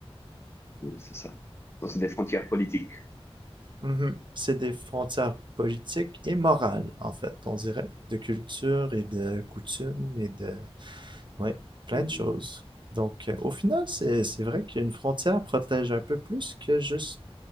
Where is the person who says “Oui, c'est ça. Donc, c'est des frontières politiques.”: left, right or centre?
Left